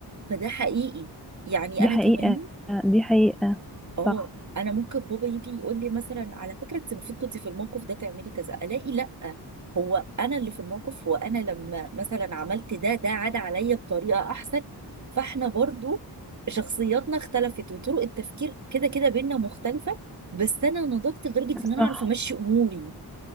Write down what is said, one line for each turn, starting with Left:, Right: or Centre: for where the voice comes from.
Right: فده حقيقي يعني
Centre: دي
Right: انا
Centre: حقيقة
Right: كمان
Centre: دي حقيقة
Right: اه
Centre: صح
Right: انا ممكن بابا يجي يقول لي مثلا على فكره انت المفروض كنت في الموقف ده تعملي كذا الاقي لا هو انا اللي في الموقف وانا لما مثلا عملت ده ده عاد عليا بطريقه احسن فاحنا برضو شخصياتنا اختلفت وطرق التفكير كده كده بينا مختلفه بس انا نضجت لدرجه ان انا
Centre: صح
Right: اعرف امشي اموري